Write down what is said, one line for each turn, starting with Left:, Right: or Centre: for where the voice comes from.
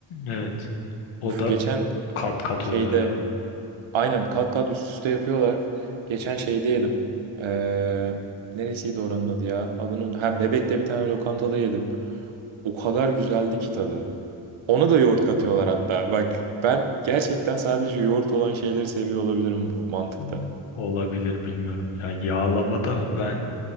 Left: Evet. O
Right: Uf
Left: da
Right: geçen
Left: kat kat
Right: şeyde
Left: oluyor herhalde.
Right: Aynen kat kat üst üste yapıyorlar. Geçen şeyde yedim. Ee, neresiydi oranın adı ya? Adını unut- ha Bebek'te bir tane lokantada yedim. O kadar güzeldi ki tadı. Ona da yoğurt katıyorlar hatta. Bak ben gerçekten sadece yoğurt olan şeyleri seviyor olabilirim bu mantıkta.
Left: Evet. Olabilir bilmiyorum. Ya yağlamada ben